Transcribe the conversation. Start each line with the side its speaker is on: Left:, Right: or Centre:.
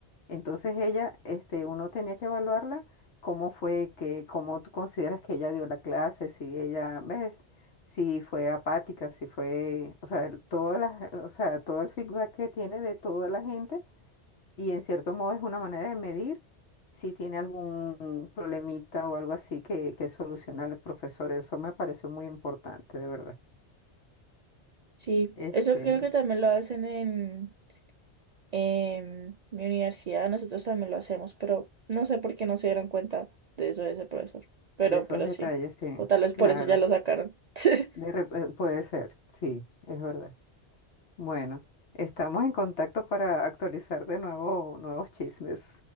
Left: Entonces ella, este, uno tenía que evaluarla cómo fue que, cómo tú consideras que ella dio la clase, si ella, ¿ves? Si fue apática, si fue, o sea, todas las, o sea, todo el feedback que tiene de toda la gente, y en cierto modo es una manera de medir si tiene algún problemita o algo así que, que solucionar el profesor. Eso me pareció muy importante, de verdad.
Right: Sí,
Left: Este,
Right: eso creo que también lo hacen en En mi universidad nosotros también lo hacemos, pero no sé por qué no se dieron cuenta de eso de ese profesor. Pero,
Left: de esos
Right: pero
Left: detalles,
Right: sí.
Left: sí,
Right: O tal vez
Left: claro.
Right: por eso ya lo sacaron. <laughs>
Left: De rep- eh, puede ser, sí, es verdad. Bueno, estamos en contacto para actualizar de nuevo nuevos chismes.